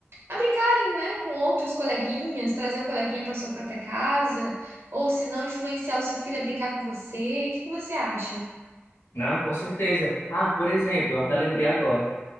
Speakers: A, on the right; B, on the left.
A: a brincarem, né, com outros coleguinhas, trazer o coleguinha para sua própria casa, ou se não, influenciar o seu filho a brincar com você. O que que você acha?
B: Não, com certeza. Ah, por exemplo, eu até lembrei agora.